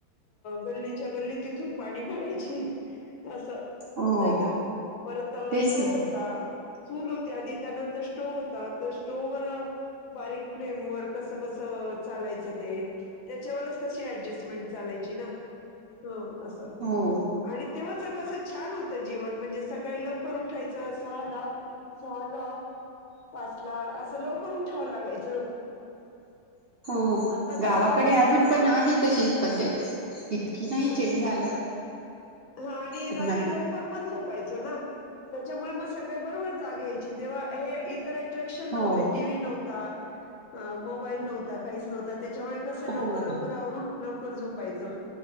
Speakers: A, on the left; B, on the right.
A: गल्लीत- च्या गल्ली तिथून पाणी भारायची. असं
B: हो
A: नाही का, परत
B: तेच
A: स्टोव्ह
B: ना
A: होता. चूल होते आधी, त्यानंतर स्टोव्ह होता, आता स्टोव्ह वर- बारीक फ्लेम वर कसं बस- चालायचं ते, त्याच्यावरच कशी ऍडजेस्टमेंट चालायची ना. हं असं.
B: हो
A: आणि तेव्हाच कसं छान होतं जीवन, म्हणजे सकाळी लवकर उठायचं सहाला- सहाला, पाचला असं लवकर उठावं लागायचं.
B: हो हो,
A: आता
B: गावाकडे
A: कसं
B: अजून पण आहे तशीच पद्धत इ- की नाही
A: ह
B: चेंज झालं.
A: हा, आणि
B: पण
A: रात्री लवकर पण झोपायचो ना, त्याच्यामुळे मग सकाळी बरोबर जाग यायची. तेव्हा हे इतर अट्रॅक्शन नव्हते,
B: हो,
A: टीव्ही नव्हता. मोबाईल नव्हता, काहीच नव्हता त्याच्यामुळे कसं
B: हो.
A: लवकर लवकर आवरून- लवकर झोपायचं,